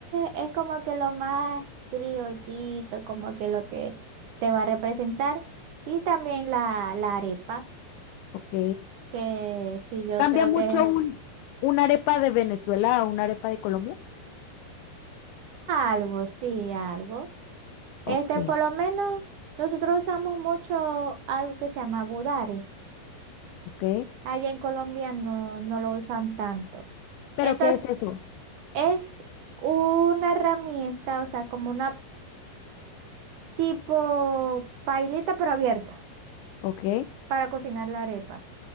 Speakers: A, on the right; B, on the left.
A: es, es como que lo más criollito, como que lo que te va a representar. Y también la, la arepa,
B: ok.
A: que sí, yo
B: ¿Cambia
A: creo
B: mucho
A: que
B: un, una arepa de Venezuela a una arepa de Colombia?
A: Algo, sí, algo.
B: Ok,
A: Este, por lo menos nosotros usamos mucho algo que se llama budare.
B: ok.
A: Allá en Colombia no, no lo usan tanto.
B: ¿Pero
A: Entonces,
B: qué es eso?
A: es una herramienta, o sea, como una tipo pailita pero abierta
B: Ok,
A: para cocinar la arepa.